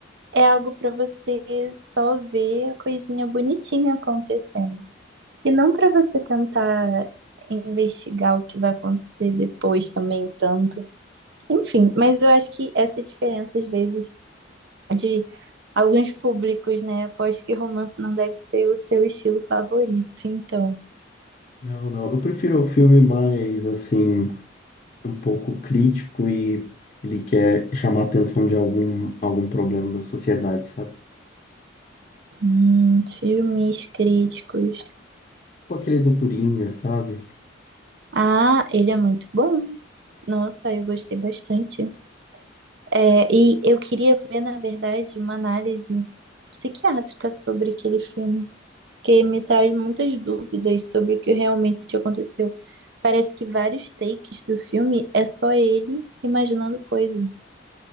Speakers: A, on the right; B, on the left.
A: É algo para você só ver a coisinha bonitinha acontecendo. E não para você tentar investigar o que vai acontecer depois também tanto. Enfim, mas eu acho que essa diferença às vezes de alguns públicos, né? Aposto que romance não deve ser o seu estilo favorito, então.
B: Não, não. Eu prefiro o filme mais, assim, um pouco crítico e ele quer chamar a atenção de algum, algum problema da sociedade, sabe?
A: Hum, filmes críticos.
B: Tipo aquele do Coringa, sabe?
A: Ah, ele é muito bom. Nossa, eu gostei bastante. É, e eu queria ver, na verdade, uma análise psiquiátrica sobre aquele filme, porque me traz muitas dúvidas sobre o que realmente aconteceu. Parece que vários takes do filme é só ele imaginando coisa,